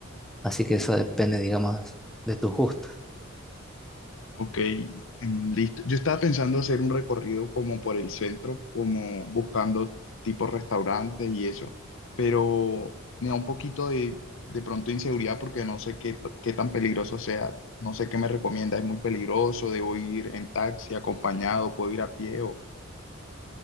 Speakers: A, in the centre; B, on the left (about 65°).
A: así que eso depende, digamos, de tus gustos.
B: Ok, em, listo. Yo estaba pensando hacer un recorrido como por el centro, como buscando tipo restaurantes y eso, pero me da un poquito de, de pronto inseguridad porque no sé qué, t- qué tan peligroso sea. No sé qué me recomienda. ¿Es muy peligroso? ¿Debo ir en taxi, acompañado? ¿Puedo ir a pie? O...